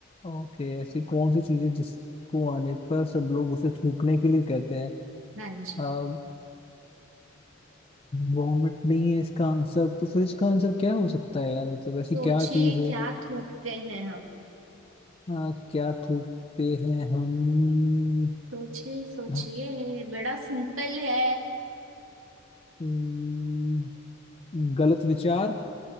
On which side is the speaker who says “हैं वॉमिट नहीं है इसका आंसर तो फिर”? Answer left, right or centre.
Left